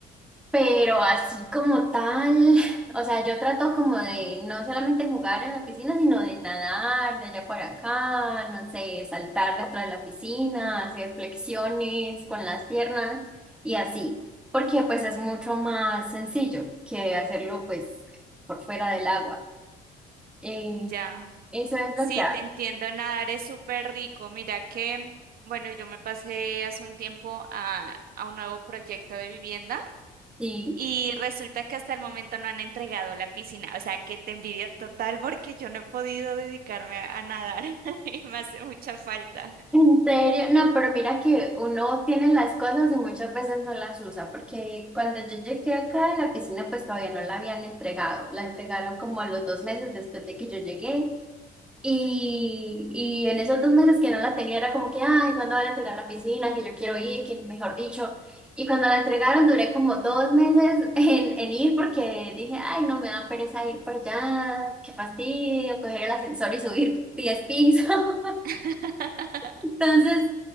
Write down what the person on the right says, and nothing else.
Ya.
Sí,
te entiendo, nadar es súper rico. Mira que, bueno, yo me pasé hace un tiempo a, a un nuevo proyecto de vivienda
y resulta que hasta el momento no han entregado la piscina. O sea, que te envidio total porque yo no he podido dedicarme a, a nadar <laughs> y me hace mucha falta.
<laughs>